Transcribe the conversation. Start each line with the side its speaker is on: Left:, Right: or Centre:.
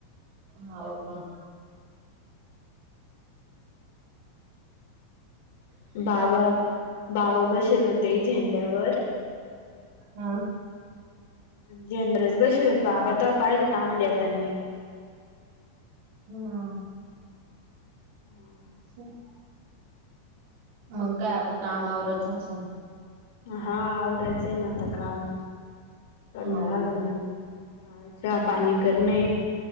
Right: हो का?
Left: बाबा बाबा बसेल होते झेंड्यावर.
Right: हा
Left: झेंड्यालाच बसलते बाबा तवा पाहिलंत आम्हाला येतांनी.
Right: हम्म
Left: हां.
Right: <inaudible> मग काय आता काम आवरायच असु
Left: हा आवरायच आहे ना आता काम. कला
Right: हो
Left: ना
Right: का?
Left: करण हा चा
Right: हम्म
Left: पाणी कर नाही.